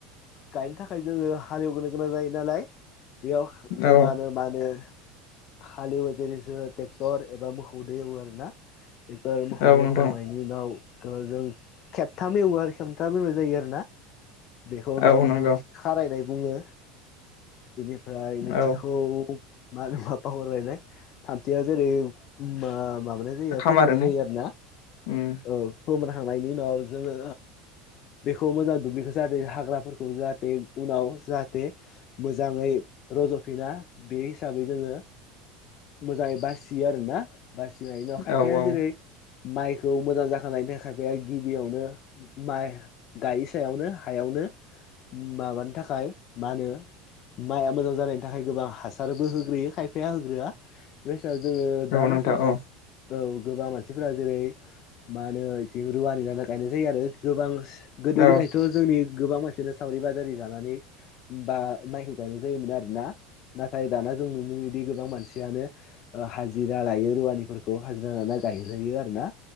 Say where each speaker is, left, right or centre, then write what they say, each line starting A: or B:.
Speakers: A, on the left; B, on the left.
A: गायनो थाखाय जोङो हालेवग्रोनो गोनां जायो नालाय। बेयाव गोबांआनो
B: औ
A: मानो। हालिएवो जेरै टेक्टर एबा मोखौदो एवो आरो ना। टेक्टर मोखौदो
B: औ
A: हेवखांनायनि
B: नोंथां
A: उनाव। जों खेबथाम एवो आरो खेमथाम एवनाय जायो आरोना। बेखौ
B: औ
A: गिबिखौ
B: नंगौ
A: खारायनाय बुङो बेनिफ्राय नैथिखौ।
B: औ
A: मा होनो माबा हरबाय न थामथियाव जेरै माबा जायो
B: खामारोनो
A: फोमोननाय जायो आरोना
B: उम
A: औ फोमोनखांनायनि उनाव जोङो। बेखौ मोजां दुब्लिखौ जाहाथे हाग्राफोरखौ जाहाथे उनाव जाहाथे मोजाङै। रज'फिना बे हिसाबै जोङो मोजाङै बासियो आरोना बासियो। जायो न' खायफाया
B: औ औ
A: जेरै। माइखौ मोजां जाखांनायनि थाखाय खायफाया गिबियावनो माइ गायै सायावनो हायावनो। माबानि थाखाय मा होनो। माइआ मोजां जानायनि थाखाय गोबां हासारबो होग्रोयो खायफाया होग्रोआ। जोङो दा
B: औ नोंथां
A: बायसायाव।
B: औ
A: औ गोबां मानसिफोरा जेरै मा होनो इथिं रुवानि लाना गायनाय जायो आरो गोबां। गोदो
B: औ
A: गोदायथ' जोंनि। गोबां मानसिआनो सावरि बादारि जानानै बा माइखौ गायनाय जायोमोन आरोना। नाथाय दाना जों नुनोमोनोदि गोबां मानसियानो हाजिरा लायो रुवानिफोरखौ। बेखौ हाजिरा ला गायहैयो आरोना